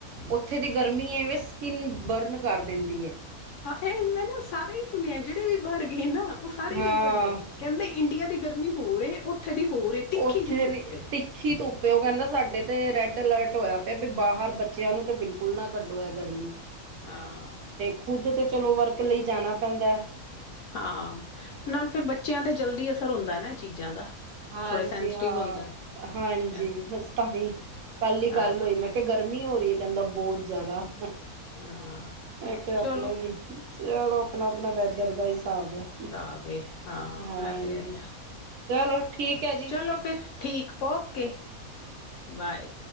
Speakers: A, on the right; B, on the left.
A: ਉੱਥੇ ਦੀ ਗਰਮੀ ਏ ਵੇਂ ਸਕਿੰਨ ਬਰਨ ਕਰ ਦਿੰਦੀ ਏ।
B: ਆ ਇਹ ਮੈਂ ਨਾ ਸਾਰੇ ਹੀ ਸੁਣਿਆ ਜਿਹੜੇ ਵੀ ਬਾਹਰ ਗਏ ਨਾ ਉਹ ਸਾਰੇ
A: ਹਾਂ
B: ਹੀ ਇਹ ਕਹਿੰਦੇ ਕਹਿੰਦੇ ਇੰਡੀਆ ਦੀ ਗਰਮੀ ਹੋਰ ਏ ਉੱਥੇ ਦੀ ਹੋਰ ਏ ਤਿੱਖੀ
A: ਉੱਥੇ
B: ਜਿਹੀ ਧੁੱਪ
A: ਦੀ
B: ਏ
A: ਤਿੱਖੀ ਧੁੱਪ ਏ ਕਹਿੰਦਾ ਸਾਡੇ ਤੇ ਰੈੱਡ ਅਲਰਟ ਹੋਇਆ ਪਿਆ ਵੀ ਬਾਹਰ ਬੱਚਿਆਂ ਨੂੰ ਤੇ ਬਿਲਕੁਲ ਨਾ ਕੱਢੋ ਏ ਗਰਮੀ
B: ਹਾਂ
A: ਖੁੱਦ ਤੇ ਚਲੋ ਵਰਕ ਲਈ ਜਾਣਾ ਪੈਂਦਾ
B: ਹਾਂ ਨਾਲ ਫਿਰ ਬੱਚਿਆਂ ਤੇ ਜਲਦੀ ਅਸਰ ਹੁੰਦਾ ਨਾ ਇਹ ਚੀਜ਼ਾਂ ਦਾ
A: ਹਾਂਜੀ
B: ਥੋੜੇ ਸੈਂਸਟਿਵ
A: ਹਾਂ
B: ਹੁੰਦੇ
A: ਹਾਂਜੀ
B: ਐ
A: ਬੱਸ ਤਾਂਹੀ ਕੱਲ ਹੀ
B: ਹਾਂ,
A: ਗੱਲ ਹੋਈ ਮੈਂ ਤੇ ਗਰਮੀ ਹੋ ਰਹੀ ਹੈ ਕਹਿੰਦਾ ਬਹੁਤ ਜ਼ਿਆਦਾ
B: ਹਾਂ
A: ਮੈਂ ਕਿਹਾ ਆਪਣੇ
B: ਚਲੋ
A: ਵੀ ਚਲੋ ਆਪਣਾ ਆਪਣਾ ਵੈਦਰ ਦਾ ਹਿਸਾਬ ਹੈ
B: ਸਾਬ ਏ ਹਾਂ
A: ਹਾਂ--ਜੀ
B: ਇਹ ਤੇ ਹੈਗਾ।
A: ਚਲੋ ਠੀਕ ਏ ਜੀ।
B: ਚਲੋ ਫਿਰ ਠੀਕ ਓਕੇ ਬਾਏ